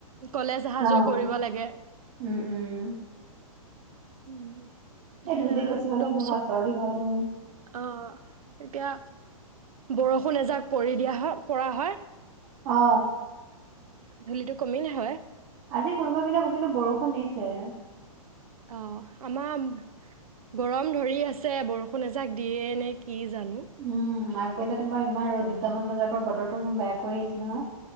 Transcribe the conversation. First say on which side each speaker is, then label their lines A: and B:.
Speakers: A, on the right; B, on the right.
A: কলেজ অহা
B: অ',
A: যোৱা কৰিব লাগে
B: উম, উম,
A: উম,
B: এই
A: সেয়া
B: ধূলি বেছি
A: একদম
B: নহয় চৰ্দি হয়েই
A: অ', এতিয়া বৰষুণ এজাক পৰি দিয়া হয় পৰা হয়
B: অ
A: ধূলিটো কমিল হয়
B: আজি কোনোবা পিনে পিনে বৰষুণ দিছে
A: অ আমাৰ, গৰম ধৰি আছে বৰষুণ এজাক দিয়ে নে কি জানো
B: উম, <unintelligible> তোমাৰ ইমান দুটামান বজাৰ পৰা বতৰটো ইমান বেয়া কৰি আহিছে নহয়